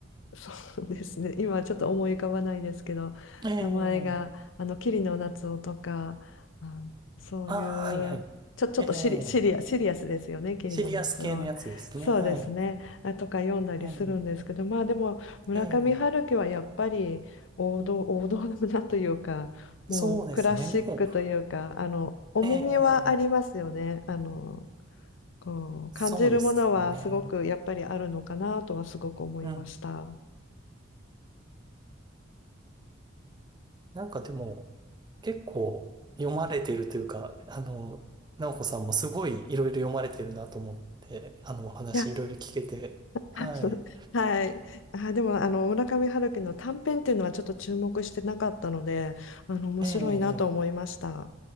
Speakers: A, on the left; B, on the right.
A: そうですね。今はちょっと思い浮かばないですけど、
B: ええ
A: 名前が、あの、桐野夏生とか、あそういう、
B: ああ、はいはい。
A: ちょ、ちょっとシリ、
B: ええ、
A: シリア、シリアスですよね、桐野夏生は。
B: シリアス系のやつですね。
A: そうですね。
B: はい。
A: あとか読んだりするんですけど、
B: ええ、
A: まあでも、村上春樹はやっぱり王道、
B: え
A: 王道だなというか、もうクラシックというか、
B: え、そうですね。でも、
A: あの、重みはありますよね。
B: ええ、
A: あの、こう、
B: そうですね。
A: 感じるものはすごくやっぱりあるのかなとはすごく思いました。
B: うん。なんかでも、結構読まれてるというか、あの、直子さんもすごいいろいろ読まれてるなと思って、あの、お話いろいろ聞けて、
A: いや
B: はい。
A: <laughs> はい。あ、でも、あの、村上春樹の短編っていうのはちょっと注目してなかったので、あの、面白いなと思いました。
B: ええ、え